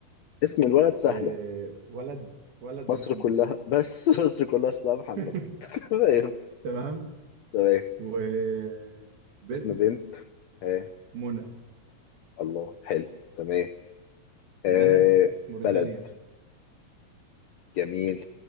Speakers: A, on the left (about 75°); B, on the right (about 75°).
A: اسم الولد سهله
B: آه، ولد ولد محمد
A: مصر كلها بس <laughs> مصر كلها اسمها محمد
B: <laughs>
A: <laughs> تمام
B: تمام
A: تمام
B: وبنت
A: اسم بنت ها
B: منى
A: الله حلو تمام
B: بلد
A: آه
B: موريتانيا
A: بلد جميل